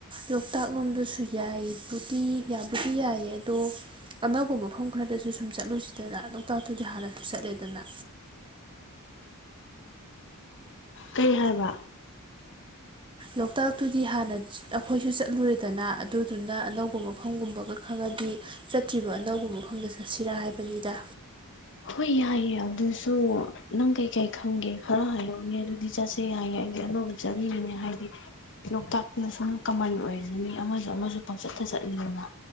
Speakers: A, on the right; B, on the left.
A: ꯂꯣꯛꯇꯥꯛ ꯂꯣꯝꯗꯁꯨ ꯌꯥꯏꯕꯨꯗꯤ ꯌꯥꯕꯨꯗꯤ ꯌꯥꯏꯌꯦ ꯑꯗꯣ ꯑꯅꯧꯕ ꯃꯐꯝ ꯈꯔꯗꯁꯨ ꯁꯨꯝ ꯆꯠꯂꯨꯁꯤꯗꯅ ꯂꯣꯛꯇꯥꯛꯇꯨꯗꯤ ꯍꯥꯟꯅ꯫ ꯆꯠꯂꯦꯗꯅ꯫
B: ꯀꯩ ꯍꯥꯏꯕ꯫
A: ꯂꯣꯛꯇꯥꯛꯇꯨꯗꯤ ꯍꯥꯟꯅ ꯑꯩꯈꯣꯏꯁꯨ ꯆꯠꯂꯨꯔꯦꯗꯅ ꯑꯗꯨꯗꯨꯅ ꯑꯅꯧꯕ ꯃꯐꯝꯒꯨꯝꯕꯒ ꯈꯪꯉꯗꯤ ꯆꯠꯇ꯭ꯔꯤꯕ ꯑꯅꯧꯕ ꯃꯐꯝꯗ ꯆꯠꯁꯤꯔꯥ ꯍꯥꯏꯕꯅꯤꯗ꯫
B: ꯍꯣꯏ ꯌꯥꯏꯌꯦ ꯑꯗꯨꯁꯨ ꯅꯪ ꯀꯩꯀꯩ ꯈꯪꯒꯦ ꯈꯔ ꯍꯥꯏꯔꯛꯎꯅꯦ ꯑꯗꯨꯗꯤ ꯆꯠꯁꯦ ꯌꯥꯏꯌꯦ ꯑꯩꯗꯤ ꯑꯅꯧꯕ ꯆꯠꯅꯤꯡꯉꯤꯅꯦ ꯍꯥꯏꯗꯤ ꯂꯣꯛꯇꯥꯛꯅ ꯁꯨꯝ ꯀꯃꯟ ꯑꯣꯏꯔꯤꯁꯨ ꯃꯤ ꯑꯃꯁꯨ ꯑꯃꯁꯨ ꯄꯥꯎꯆꯠꯇ ꯆꯠꯂꯤꯗꯅ